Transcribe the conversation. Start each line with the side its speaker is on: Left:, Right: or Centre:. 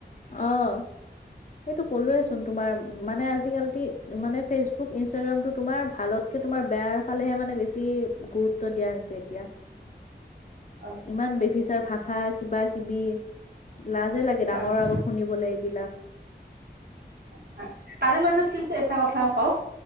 Left: অহ' সেইটো কলোৱে‌ই চোন। তোমাৰ মানে আজিকালি মানে ফেচবুক, ইনষ্টাগ্ৰাম টো তোমাৰ ভালতকে তোমাৰ বেয়াৰ ফালেহে‌ মানে বেছি গুৰুত্ব দিয়া হৈছে। এতিয়া,
Right: হয়
Left: ইমান বেভিচাৰ ভাষা কিবা-কিবি লাজে লাগে ডাঙৰৰ
Right: হয়
Left: আগত শুনিবলে এইবিলাক।
Right: <unintelligible> তাৰে মাজত কিন্তু এটা কথা কওক